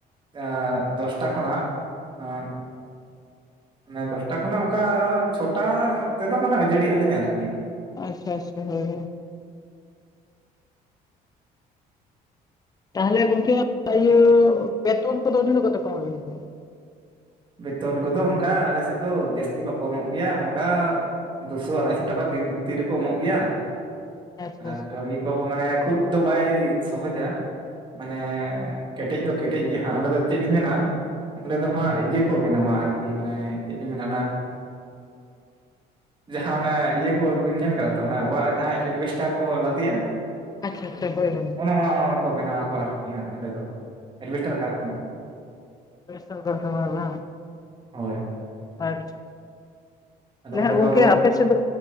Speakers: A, on the right; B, on the left.
A: ᱟ ᱫᱚᱥᱴᱟ ᱠᱷᱚᱱᱟᱜ ᱟ ᱢᱟᱱᱮ ᱫᱚᱥᱴᱟ ᱠᱷᱚᱱᱟᱜ ᱚᱱᱠᱟ ᱪᱷᱚᱴᱟ ᱛᱮᱫᱚ ᱢᱟᱱᱮ ᱟᱹᱡᱟᱹᱲᱤᱜ ᱟᱹᱞᱤᱧ ᱟᱨᱠᱤ᱾
B: ᱟᱪᱪᱷᱟ ᱟᱪᱪᱷᱟ ᱦᱳᱭ ᱦᱳᱭ ᱾ ᱛᱟᱦᱚᱞᱮ ᱜᱚᱝᱠᱮ ᱤᱭᱟᱹ ᱵᱮᱛᱚᱱ ᱠᱚᱫᱚ ᱛᱤᱱᱟᱜ ᱠᱟᱛᱮ ᱠᱚ ᱮᱢᱟᱵᱤᱱ ᱠᱟᱱᱟ?
A: ᱵᱮᱛᱚᱱ ᱠᱚᱫᱚ ᱚᱱᱠᱟ ᱟᱞᱮ ᱥᱮᱫ ᱫᱚ ᱡᱟᱹᱥᱛᱤ ᱵᱟᱠᱚ ᱮᱢᱚᱜ ᱜᱮᱭᱟ, ᱱᱚᱝᱠᱟ ᱫᱩᱥᱚ ᱟᱲᱟᱭᱥᱚ ᱴᱟᱠᱟ ᱫᱤᱱ ᱛᱤ ᱨᱮᱠᱚ ᱮᱢᱚᱜ ᱜᱮᱭᱟ ᱾
B: ᱟᱪᱪᱷᱟ
A: <inaudible> ᱟᱨ ᱠᱟᱹᱢᱤ ᱠᱚᱦᱚ ᱢᱟᱱᱮ ᱠᱷᱩᱵ ᱫᱚ ᱵᱟᱭ ᱥᱚᱦᱚᱡᱟ᱾ ᱢᱟᱱᱮ ᱠᱮᱴᱮᱡ ᱫᱚ ᱠᱮᱴᱮᱡ ᱜᱮ ᱦᱟᱸᱜ ᱚᱸᱰᱮ ᱫᱚ ᱪᱮᱫ ᱞᱤᱧ ᱢᱮᱱᱟ ᱚᱸᱰᱮ ᱫᱚ ᱦᱟᱸᱜ ᱤᱭᱟᱹ ᱠᱚ ᱵᱮᱱᱟᱣᱟ ᱟᱨᱠᱤ ᱢᱟᱱᱮ ᱪᱮᱫ ᱤᱧ ᱢᱮᱱᱟ ᱚᱱᱟ ᱡᱟᱦᱟᱸ ᱚᱱᱟ ᱤᱭᱟᱹ ᱠᱚ ᱵᱤᱱ ᱧᱮᱞ ᱠᱟᱜᱼᱟ? ᱚᱱᱟ ᱚᱲᱟᱜ ᱨᱮ ᱡᱟᱦᱟᱸ ᱮᱡᱵᱮᱥᱴᱟᱨ ᱠᱚ ᱞᱟᱫᱮᱭᱟ
B: ᱟᱪᱪᱷᱟ ᱟᱪᱪᱷᱟ ᱦᱳᱭ ᱦᱳᱭ
A: ᱚᱱᱮ ᱚᱱᱟ ᱚᱱᱟ ᱠᱚ ᱵᱮᱱᱟᱣ ᱟᱨᱠᱤ ᱦᱟᱸᱜ ᱚᱸᱰᱮ ᱫᱚ ᱮᱡᱵᱮᱥᱴᱟᱨ ᱠᱟᱨᱠᱷᱟᱱᱟ᱾
B: ᱮᱡᱵᱮᱥᱴᱟᱨ ᱠᱟᱨᱠᱷᱟᱱᱟ ᱵᱟᱝ?
A: ᱦᱳᱭ ᱦᱳᱭ᱾
B: ᱟᱪᱪᱷᱟ
A: ᱟᱫᱚ
B: ᱛᱟᱦᱞᱮ
A: ᱚᱸᱰᱮ
B: ᱦᱟᱸᱜ ᱜᱚᱝᱠᱮ
A: ᱫᱚ
B: ᱟᱯᱮ ᱥᱮᱫ ᱫᱚ